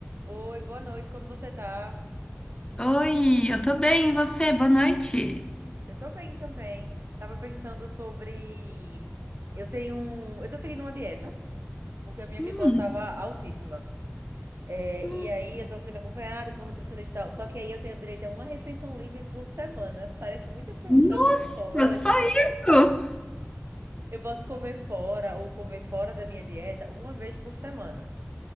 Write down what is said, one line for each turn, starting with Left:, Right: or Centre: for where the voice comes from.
Right: Oi, boa noite, como você tá?
Left: Oi, eu tô bem, e você? Boa noite.
Right: Eu tô bem também. Tava pensando sobre. Eu tenho. um- Eu tô seguindo uma dieta, porque a minha
Left: Hum,
Right: glicose estava altíssima. É,
Left: nossa,
Right: e aí eu tô sendo acompanhada por nutricionista. Só que aí eu tenho direito a uma refeição livre por semana. <laughs> Parece muita pressão
Left: nossa,
Right: psicológica.
Left: só isso?
Right: Eu posso comer fora ou comer fora da minha dieta uma vez por semana.